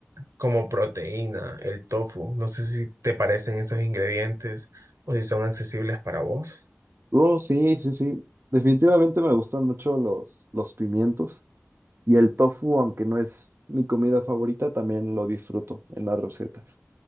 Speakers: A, on the right (about 75°); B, on the right (about 50°).
A: como proteína, el tofu. No sé si te parecen esos ingredientes o si son accesibles para vos.
B: Oh, sí, sí, sí. Definitivamente me gustan mucho los, los pimientos y el tofu, aunque no es mi comida favorita, también lo disfruto en las recetas.